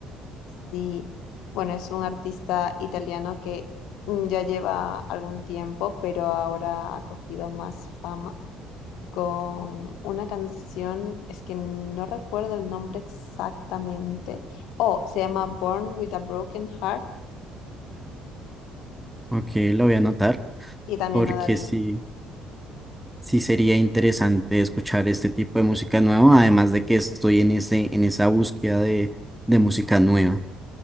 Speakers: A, on the left; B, in the centre.
A: Sí, bueno, es un artista italiano que mm, ya lleva algún tiempo, pero ahora ha cogido más fama con una canción, es que no recuerdo el nombre exactamente. Oh, se llama Born with a Broken Heart
B: ok, lo voy a anotar
A: y también
B: porque
A: a David.
B: sí. Sí, sería interesante escuchar este tipo de música nueva, además de que estoy en ese, en esa búsqueda de, de música nueva.